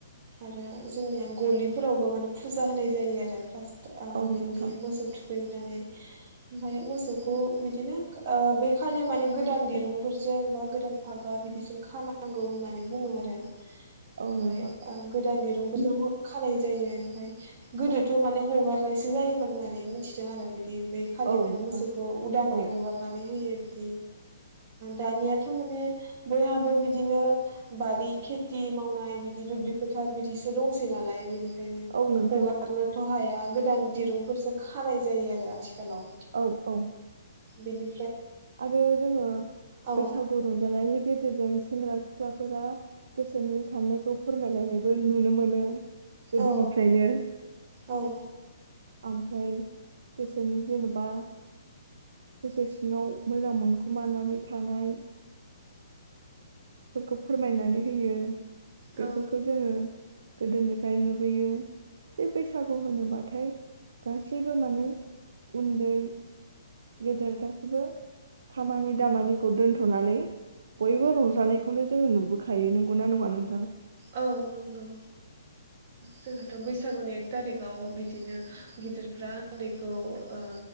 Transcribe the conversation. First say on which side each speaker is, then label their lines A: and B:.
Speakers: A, on the right; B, on the right.
A: आरो जोंनिया गलिफोरावबो माने फुजा होनाय जायो आरो फार्स्ट
B: औ
A: बिदि
B: नोंथां
A: मोसौ थुख थुखैनानै ओमफ्राय मोसौखौ बिदिनो बे खालि माने गोदान दिरुंफोरजों बा गोदान फागा बिदिजों खानांगौ होननानै बुङो आरो
B: औ
A: ओमफ्राय
B: नोंथां
A: गोदान दिन दुंफोरजों खानाय जायो ओमफफ्राय गोदोथ' माने हगारनायसो जायोमोन होननानै मिथिदों आरो बिदि बिदि बै खालि
B: औ
A: माने
B: नोंथां
A: मोसौखौ उदाङै
B: औ
A: हगारनानै होयो। बि दानियाथ' माने बयहाबो बिदिनो बारि खेथि मावनाय बिदि दुब्लि फोथार बिदिसो दंसै नालाय बिनिख खायनो
B: औ नोंथां
A: हगारनोथ'। हाया गोदान दिरुंफोरजों खानाय जायो आरो। आथिखालाव
B: औ औ
A: बिनि
B: आरो जोङो
A: औ
B: बैसागु रंजानायनि गेजेरजों सेंग्रा सिख्लाफोरा गोसोनि साननायखौ फोरमायलायनायबो नुनो मोनो। गोदोनिफ्रायनो
A: औ औ
B: ओमफ्राय गो सोनि जेनेबा गोसो सिङाव मोजां मोनखुमानानै थानायफोरखौ फोरमायनानै होयो। बेफोरखौ
A: औ
B: जोङो। गोदोनिफ्राय नुबोयो। जे बैसागु होनोबाथाय गासैबो माने उन्दै गेदेर गासैबो। खामानि दामानिखौ दोनथ'नानै बयबो रंजानायखौनो जोङो नुबोखायो नंगौना नङा नों
A: औ नंगौ। जोंहाथ' बैसागुनि एक थारिकाव बिदिनो गिदिरफ्रा उन्दैखौ ओ